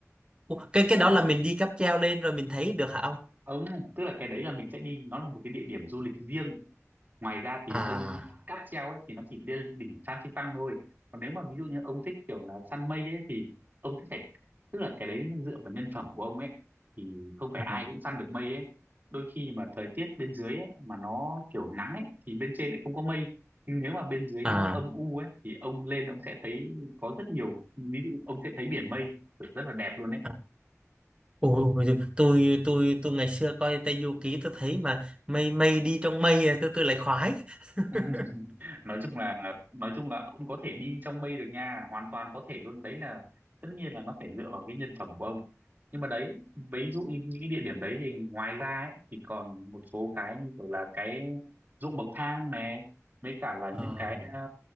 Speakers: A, on the right; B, on the right.
A: Ủa, cái cái
B: đó
A: đó là mình đi cáp treo lên rồi mình thấy được hả ông
B: ông tức là cái đấy là mình sẽ đi nó là một cái địa điểm du lịch riêng ngoài ra thì
A: à
B: ông cáp treo ấy thì nó chỉ lên đỉnh Phan Xipang thôi còn nếu mà ví dụ như ông thích kiểu là săn mây ấy thì ông sẽ phải tức là cái đấy dựa vào nhân phẩm của ông ấy thì không phải
A: à
B: ai cũng săn được mây ấy đôi khi mà thời tiết bên dưới ấy mà nó kiểu nắng ấy thì bên trên lại không có mây nhưng nếu mà bên dưới
A: à
B: nó âm u ấy thì ông lên ông sẽ thấy có rất nhiều ví dụ ông sẽ thấy biển mây kiểu rất là đẹp luôn ấy
A: à. ôi ôi, giời, tôi tôi tôi ngày xưa coi Tây Du Ký tôi thấy mà mây mây đi trong mây à, tôi tôi lại khoái
B: Ừ. <laughs>
A: <laughs>
B: nói chung là nói chung là ông có thể đi trong mây được nha hoàn toàn có thể luôn đấy là tất nhiên là nó phải dựa vào cái nhân phẩm của ông nhưng mà đấy ví dụ như những cái địa điểm đấy thì ngoài ra ấy, thì còn một số cái như kiểu là cái ruộng bậc thang này với cả là
A: Ờ,
B: những cái ờ,